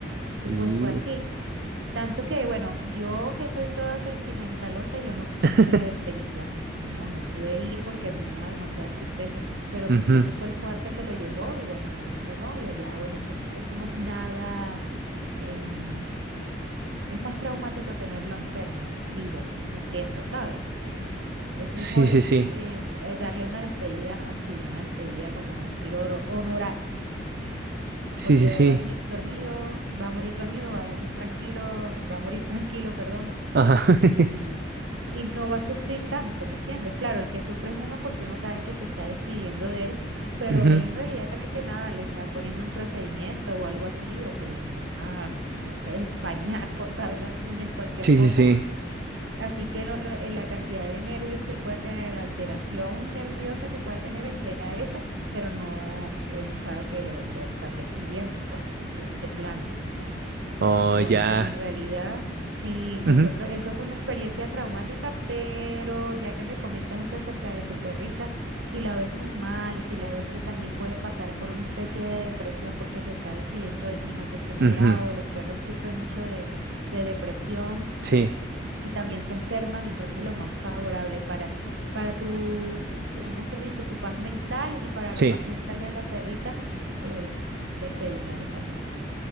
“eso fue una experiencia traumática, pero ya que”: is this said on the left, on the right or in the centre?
Right